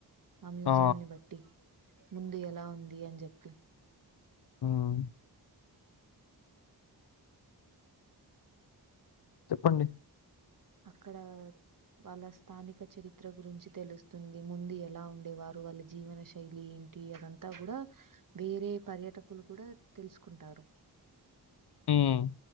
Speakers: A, on the right (about 50°); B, on the left (about 70°).
A: అవి. మ్యూజియం
B: ఆ!
A: ని బట్టి ముందు ఎలా ఉంది అని చెప్పి.
B: ఉమ్. చెప్పండి.
A: అక్కడ. వాళ్ళ స్థానిక చరిత్ర గురించి తెలుస్తుంది ముందు ఎలా ఉండేవారు వాళ్ళ జీవన శైలి ఏంటి. ఏ అదంతా కూడా వేరే పర్యాటకులు కూడా తెలుసుకుంటారు.
B: ఉమ్